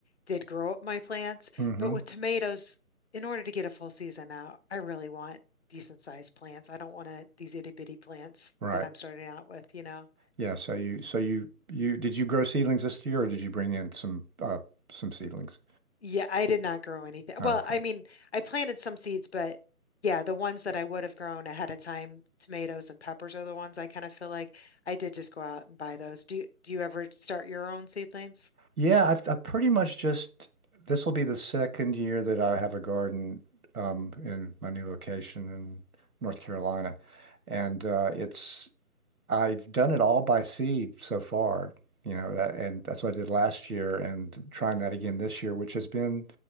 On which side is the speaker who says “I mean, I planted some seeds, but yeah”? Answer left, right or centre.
Left